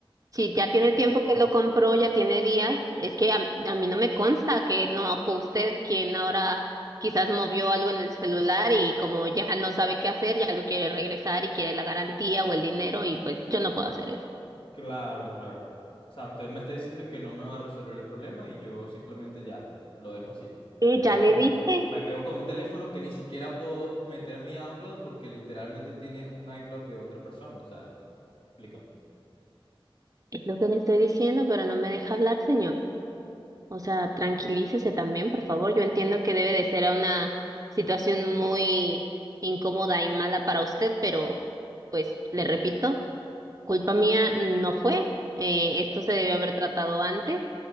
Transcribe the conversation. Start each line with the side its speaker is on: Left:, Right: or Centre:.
Right: Si ya tiene tiempo que lo compró, ya tiene días, es que a, a mí no me consta que no fue usted quien ahora quizás movió algo en el celular y como ya no sabe qué hacer, ya lo quiere regresar y quiere la garantía o el dinero y pues yo no puedo hacer eso.
Left: Claro, claro. O sea, usted me está diciendo que no me va a resolver el problema y yo simplemente ya lo dejo así.
Right: Eh,
Left: Me quedo,
Right: ya le
Left: me,
Right: dije,
Left: me quedo con un teléfono que ni siquiera puedo meter mi iCloud porque literalmente tiene un iCloud de otra persona. O sea, explícame.
Right: es lo que le estoy diciendo, pero no me deja hablar, señor. O sea, tranquilícese también, por favor. Yo entiendo que debe de ser una situación muy incómoda y mala para usted, pero pues le repito. Culpa mía no fue. eh, esto se debe haber tratado antes.